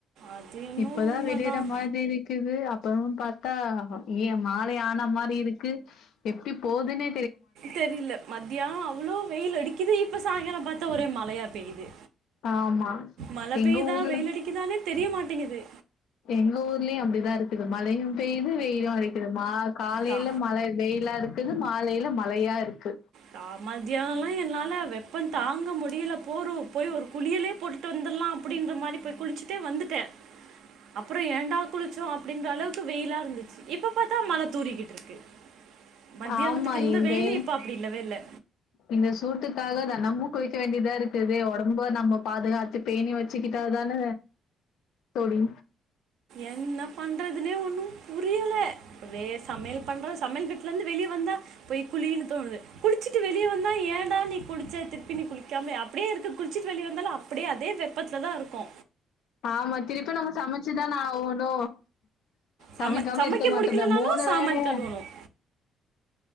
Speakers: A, on the right; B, on the left.
A: அது இன்னும்
B: இப்பதா
A: உண்மைதான்
B: விடியெற மாதிரி இருக்கிது அப்றோ பா தா ஏ மாலை ஆன மாரி இருக்கு எப்டி போதுனே
A: தெரில மத்தியானோ அவுளோ வெயில் அடிக்குது இப்ப சாய்ங்காலோ பாத்தா ஒரே மழையா பெய்யுது
B: ஆமா
A: மழ
B: எங்க
A: பெய்தா
B: ஊர்ல
A: வெயில் அடிக்குதானே தெரிய மாட்டேங்குது
B: எங்க ஊர்லியு அப்டிதா இருக்குது மழையு பெய்து வெய்லு அடிக்குது மா காலேல
A: கா
B: மழ வெய்லா இரு க்குது மாலைள மழையா இருக்கு
A: தா மத்தியானலா என்னால வெப்பந்தாங்க முடியில போறு போய் ஒரு குளியலே போட்டுட்டு வந்துர்லா அப்டின்ற மாரி போய் குளிச்சுட்டே வந்துட்டே அப்பறோ ஏண்டா குளிச்சோ அப்டின்ற அளவுக்கு வெயிலா இருந்துச்சு இப்ப பாத்தா மழ தூரிகிட்டு இருக்கு மத்தியானத்துக்கு
B: ஆமா
A: இருந்த
B: இந்தே
A: வெயில் இப்போ அப்படி இல்லவே இல்லை
B: இந்த சூட்டுகா காக தெனமு குளிக்க வேண்டியதா இருக்குது ஒடம்ப நம்ம பாதுகாத்து பேணி வச்சுக்கிட்டா தான தோழி
A: என்ன பண்றதுனே ஒண்ணு புரியல அதே சமையல் பண்ற சமைல் கட் ல இருந்து வெளிய வந்தா போய் குழின்னு தோணுது குளிச்சுட்டு வெளியே வந்தா ஏன்டா நீ குளிச்ச திருப்பி நீ குளிக்காம அப்டியே இருக்கு குளிச்சிட்டு வெளிய வந்தாலு அப்டியே அதே வெப்பத்லதா இருக்கோ
B: ஆமா திருப்பி நம்ம சமச்சுதான ஆ ஒவ்வொன்னு
A: சமை
B: சமைக்காம
A: சமைக்க
B: இருக்க மாட்டோம
A: முடிக்கலனாலும்
B: மூணு
A: சாமான்
B: வேலய
A: கழுவணும்